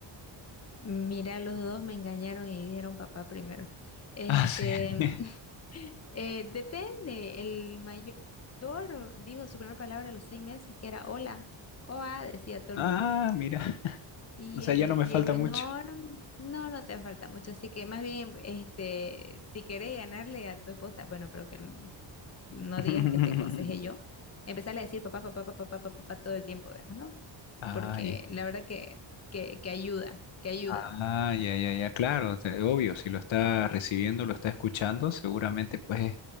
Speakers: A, on the left; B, on the left.
A: Mira, los dos me engañaron y dijeron papá primero. Este,
B: Ah, sí.
A: <laughs>
B: <laughs>
A: eh, depende, el mayor dijo su primera palabra a los seis meses, que era hola, oa, decía todo
B: Ah,
A: el mundo.
B: mira,
A: Y
B: o sea,
A: el,
B: ya no me falta
A: y el menor,
B: mucho.
A: no, no te falta mucho. Así que más bien, este, si querés ganarle a tu esposa, bueno, pero que n- no
B: <laughs>
A: digas que te aconsejé yo, empezarle a decir papá, papá, papá, papá, papá, papá todo el tiempo, digamos, ¿no?
B: Ay.
A: Porque la verdad que, que, que ayuda, que ayuda.
B: Ah, ya, ya, ya, claro, te- obvio, si lo está recibiendo, lo está escuchando, seguramente pues es,